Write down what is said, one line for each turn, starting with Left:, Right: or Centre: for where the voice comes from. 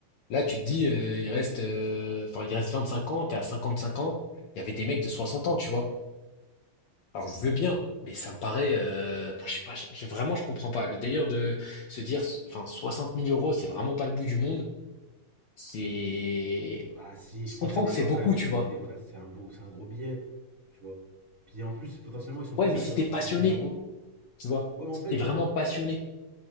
Left: Là, tu te dis, euh, il reste, euh, enfin, il reste vingt-cinq ans, Tu t'es à cinq ans. Il y avait des mecs de 60 ans, tu vois. Alors je veux bien, mais ça me paraît, euh, enfin, je sais pas, je- je- vraiment je comprends pas. Le délire de se dire, enfin 60 000 euros, c'est vraiment pas le bout du monde. C'est,
Right: Bah si,
Left: je
Right: je pense
Left: comprends
Right: qu'il y a des
Left: que
Right: gens
Left: c'est beaucoup,
Right: quand même,
Left: tu
Right: c'est
Left: vois.
Right: des vrais, c'est un beau, c'est un gros billet. Tu vois. Puis en plus, potentiellement, ils sont
Left: Ouais,
Right: pas seuls,
Left: mais si
Right: tu vois,
Left: t'es
Right: genre
Left: passionné,
Right: 60 000 euros.
Left: tu vois,
Right: Ouais, mais
Left: si
Right: en fait,
Left: t'es vraiment passionné,